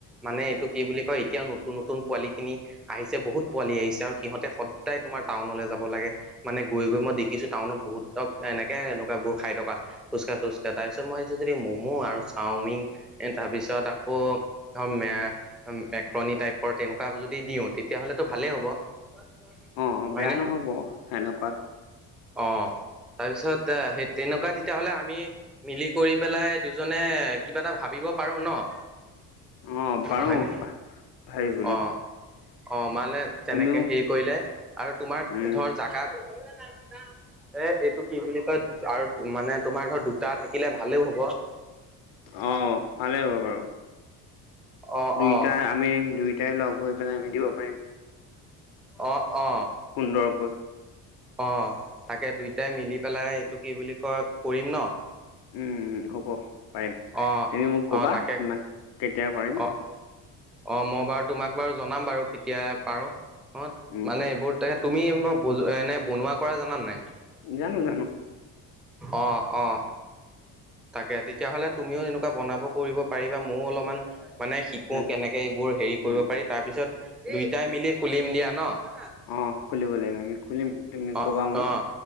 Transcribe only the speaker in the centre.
মানে এইটো কি বুলি কয় এতিয়া নতুন নতুন পোৱালি খিনি আহিছে বহুত পোৱালি আহিছে আৰু সিহঁতে সদ সদাই তোমাৰ টাউনলৈ যাব লাগে। মানে গৈ গৈ মই দেখিছো টাউনত বহুতক এনেকে এনেকুৱাবোৰ খাই থকা। ফুচকা-থুচকা তাৰ পিছত মই আহিছো যদি ম'ম' আৰু চাওমিন এ তাৰপিছত আকৌ ধ মক্ৰণী টাইপৰ তেনেকুৱা যদি দিওঁ তেতিয়াহ'লেতো ভালেই হ'ব। <unintelligible>
হয়নে
অ তাৰপিছত সেই তেনেকুৱা তেতিয়াহ'লে আমি মিলি কৰি পেলাই দুজনে কিবা এটা ভাব পাৰোঁ ন।
হয়নে?
অ', অ মানে তেনেকে
হেৰি কৰিলে আৰু তোমাৰ
ধৰ জাগাত এ এইটো কি বুলি কয় আৰু মানে ধৰ দুটা থাকিলে ভালেও।
অ',
অ',
অ অ।
অ', তাকে দুইটাই মিলি পেলাই এইটো কি বুলি কয় কৰিম ন'?
অ',
অ', তাকে
অ', অ', মই বাৰু তোমাক বাৰু জনাম বাৰু কেতিয়া পাৰো অ',
মানে
এইবোৰ তেখেত তুমি এনে বনোৱা কৰা জানা নে নাই?
অ', অ'। তাকে তেতিয়াহ'লে তুমিও এনেকুৱা বনাব কৰিব পাৰিবা ময়ও অলপমান মানে শি কো,
কেনেকৈ এইবোৰ হেৰি
কৰিব পাৰি তাৰপিছত দুইটাই মিলি খুলিম দিয়া ন'?
অ',
অ',